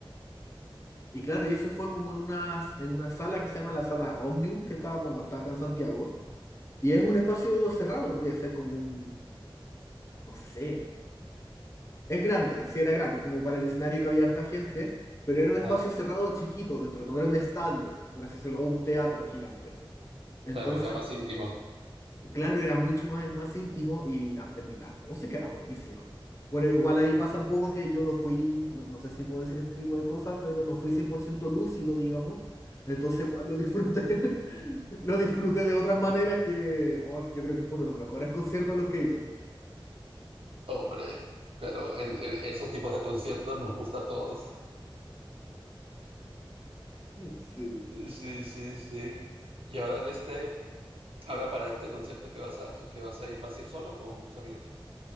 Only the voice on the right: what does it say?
ajá.
Claro, era más íntimo.
Hombre, claro, en, en esos tipos de conciertos nos gusta a todos.
Sí, sí, sí. Y ahora en este, ahora para este concierto que vas a, que vas a ir, ¿vas a ir solo o con tus amigos?